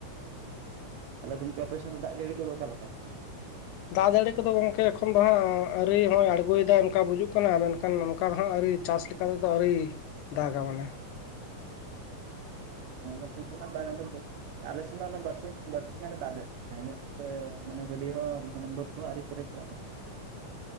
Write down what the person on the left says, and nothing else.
ᱫᱟᱜ ᱡᱟᱹᱲᱤ ᱠᱚᱫᱚ ᱜᱚᱝᱠᱮ ᱮᱠᱷᱚᱱ ᱫᱚ ᱦᱟᱸᱜ ᱟᱹᱣᱨᱤ ᱦᱚᱸᱜᱼᱚᱭ ᱟᱬᱜᱚᱭᱫᱟᱭ ᱚᱱᱠᱟ ᱵᱩᱡᱩᱜ ᱠᱟᱱᱟ ᱢᱮᱱᱠᱷᱟᱱ ᱚᱱᱠᱟ ᱫᱚ ᱦᱟᱸᱜ ᱟᱹᱣᱨᱤ ᱪᱟᱥ ᱞᱮᱠᱟ ᱚᱱᱠᱟ ᱛᱮᱫᱚ ᱟᱹᱣᱨᱤ ᱫᱟᱜᱟ ᱢᱟᱱᱮ᱾